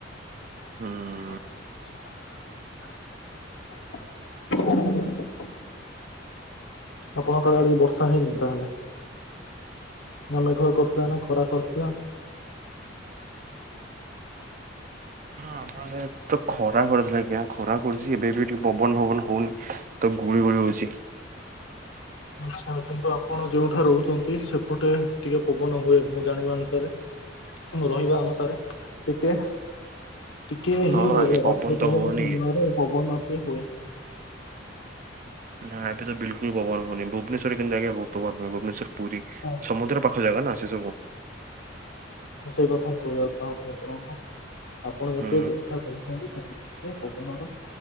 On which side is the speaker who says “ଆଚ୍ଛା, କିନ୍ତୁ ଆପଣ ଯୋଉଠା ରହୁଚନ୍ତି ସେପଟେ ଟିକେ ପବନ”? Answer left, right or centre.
Left